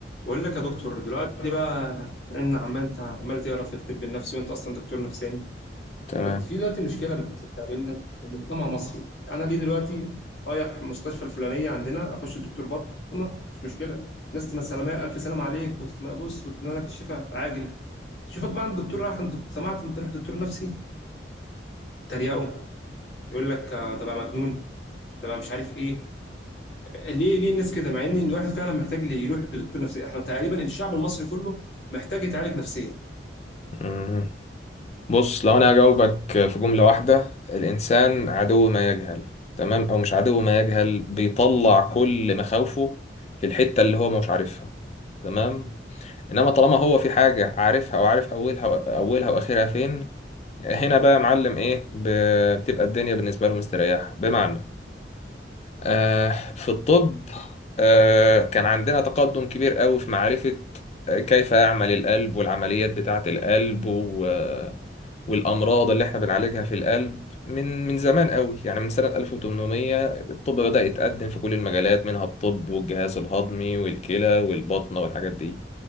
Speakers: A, on the left (about 75°); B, on the left (about 35°).
A: بقول لك يا دكتور دلوقتي بقى ان عمال انت عمال تقرا في الطب النفسي وانت اصلا دكتور نفساني
B: تمام
A: كنت في دلوقتي مشكله بت- بتقابلنا في المجتمع المصري انا ليه دلوقتي رايح المستشفى الفلانيه عندنا اخش الدكتور بطنه مش مشكله الناس تبقى سلامه الف سلام عليك وتبص وتنالك الشفاء عاجل تشوفك بقى عند الدكتور راح عند سمعت انت رحت دكتور نفسي تريقه يقول لك آه، ده بقى مجنون ده بقى مش عارف ايه ليه ليه الناس كده مع ان الواحد فعلا محتاج يروح لدكتور نفسي احنا تقريبا الشعب المصري كله محتاج يتعالج نفسيا
B: مم. بص لو انا هجاوبك في جملة واحدة الانسان عدو ما يجهل تمام او مش عدو ما يجهل بيطلع كل مخاوفه في الحتة اللي هو مش عارفها تمام انما طالما هو في حاجة عارفها وعارف اولها اولها واخرها فين هنا بقى يا معلم ايه ب- بتبقى الدنيا بالنسبة له مستريحة بمعنى آه، في الطب آه، كان عندنا تقدم كبير قوي في معرفة آه، كيف يعمل القلب والعمليات بتاعة القلب و... آه، والأمراض اللي احنا بنعالجها في القلب من من زمان قوي يعني من سنة 1800 الطب بدأ يتقدم في كل المجالات منها الطب والجهاز الهضمي والكلى والبطنة والحاجات دي